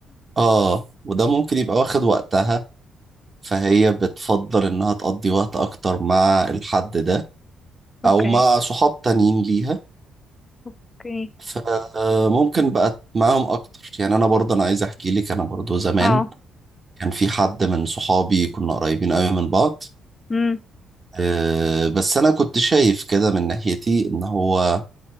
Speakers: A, on the right; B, on the left.
A: آه وده ممكن يبقى واخد وقتها فهي بتفضل إنها تقضي وقت أكتر مع الحد ده
B: اوكي
A: او مع صحاب تانيين ليها
B: اوكي
A: فممكن بقت معاهم اكتر يعني انا برضه انا عايز احكي لك انا برضه زمان
B: اه
A: كان في حد من صحابي كنا قريبين قوي من بعض
B: امم
A: آه، بس انا كنت شايف كده من ناحيتي ان هو